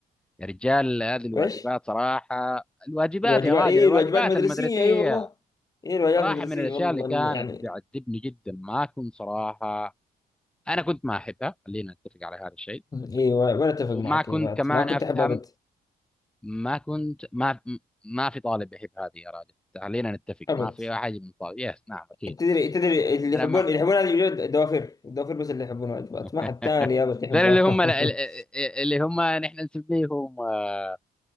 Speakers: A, in the centre; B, on the left.
A: يا رجال هذه الواجبات
B: وإيش؟
A: صراحة الواجبات
B: الواجبات
A: يا راجل
B: ايه
A: الواجبات
B: الواجبات المدرسية
A: المدرسية
B: اي والله ايه الواجبات
A: صراحة
B: المدرسية
A: من الأشياء
B: والله
A: اللي كانت
B: إني يعني
A: تعذبني جدا ما كنت صراحة أنا كنت ما أحبها خلينا نتفق على هذا الشيء
B: اي وانا اتفق
A: وما
B: معك
A: كنت
B: يا بعد
A: كمان
B: ما كنت
A: أفهم
B: احب ابد
A: ما كنت ما ما في طالب يحب هذه يا راجل خلينا نتفق
B: ابد
A: ما في أحد من طالب يس نعم أكيد
B: تدري تدري اللي
A: أنا
B: يحبون
A: ما
B: اللي يحبون هذه الواجبات الدوافر الدوافر بس اللي يحبون واجبات
A: <laughs>
B: ما حد تاني ابد يحبها
A: ذول اللي هم
B: <laughs>
A: اللي هم نحن نسميهم آه،